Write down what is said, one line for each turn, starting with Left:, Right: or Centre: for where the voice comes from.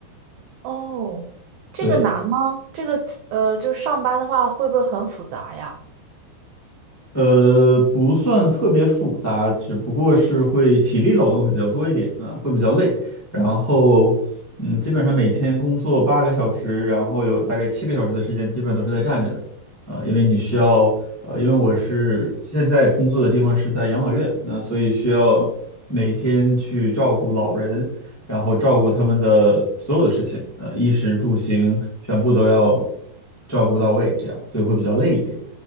Right: 哦，这个难吗？
Left: 对。
Right: 这个呃，就是上班的话会不会很复杂呀？
Left: 呃，不算特别复杂，只不过是会体力劳动会比较多一点，啊、会比较累。然后，嗯，基本上每天工作八个小时，然后有大概七个小时的时间，基本上都是在站着的，啊、因为你需要，呃，因为我是现在工作的地方是在养老院，那所以需要每天去照顾老人，然后照顾他们的所有的事情，呃，衣食住行全部都要照顾到位，这样，所以会比较累一点。